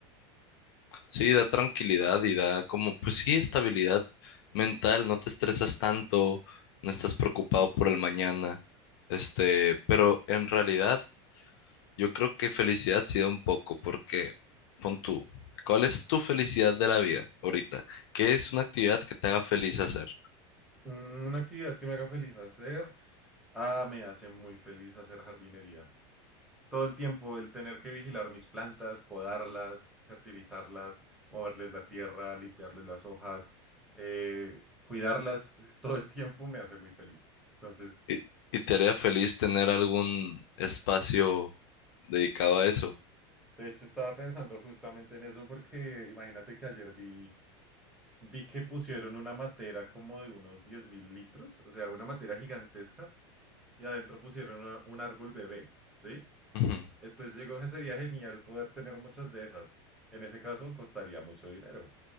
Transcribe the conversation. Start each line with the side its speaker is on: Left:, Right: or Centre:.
Left: Sí, da tranquilidad y da como, pues sí, estabilidad mental, no te estresas tanto, no estás preocupado por el mañana. Este, pero en realidad yo creo que felicidad sí da un poco porque pon tú, ¿cuál es tu felicidad de la vida ahorita? ¿Qué es una actividad que te haga feliz hacer?
Centre: Mm, Una actividad que me haga feliz hacer. Ah, me hace muy feliz hacer jardinería. Todo el tiempo el tener que vigilar mis plantas, podarlas, fertilizarlas, moverles la tierra, limpiarles las hojas, eh, cuidarlas <laughs> todo el tiempo me hace muy feliz. Entonces,
Left: ¿Y, y te haría feliz tener algún espacio dedicado a eso?
Centre: de hecho, estaba pensando justamente en eso porque imagínate que ayer vi Vi que pusieron una matera como de unos 10.000 litros, o sea, una matera gigantesca, y adentro pusieron una- un árbol bebé, ¿sí?
Left: Ujú.
Centre: Entonces llegó que sería genial poder tener muchas de esas. En ese caso, costaría mucho dinero.